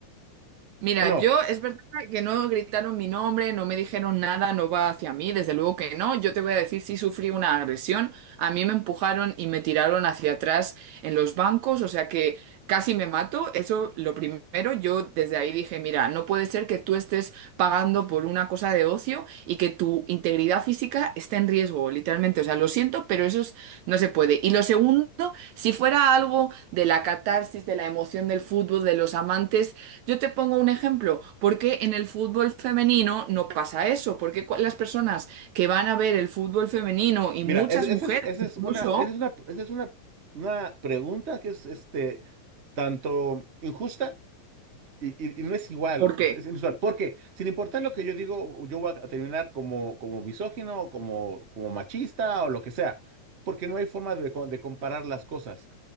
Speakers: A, on the right (about 80°); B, on the right (about 40°).
A: Mira,
B: ¿O no?
A: yo es verdad que no gritaron mi nombre, no me dijeron nada, no va hacia mí, desde luego que no. Yo te voy a decir si sufrí una agresión. A mí me empujaron y me tiraron hacia atrás en los bancos, o sea que casi me mato. Eso lo primero, yo desde ahí dije, mira, no puede ser que tú estés pagando por una cosa de ocio y que tu integridad física esté en riesgo, literalmente. O sea, lo siento, pero eso es- no se puede. Y lo segundo, si fuera algo de la catarsis, de la emoción del fútbol, de los amantes yo te pongo un ejemplo, porque en el fútbol femenino no pasa eso, porque cu- las personas que van a ver el fútbol femenino y
B: Mira,
A: muchas
B: es- esa
A: mujeres
B: es, esa
A: incluso,
B: es una, esa es una, esa es una, una pregunta que es este, tanto injusta y, y- y no es igual,
A: ¿por qué?
B: es, es inusual. Porque sin importar lo que yo digo, yo voy a terminar como, como misógino, como, como machista o lo que sea, porque no hay forma de, co- de comparar las cosas